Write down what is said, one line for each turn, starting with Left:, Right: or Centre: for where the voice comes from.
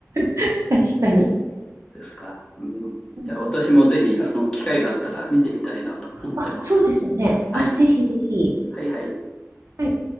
Right: <laughs> 確かに。
Left: ですか。うん、いや、
Right: うん
Left: 私もぜひ、あの、機会があったら見てみたいなと思ってます。
Right: あ、そうですね。
Left: はい、
Right: あ、ぜひぜひ。
Left: はい、はい。
Right: はい。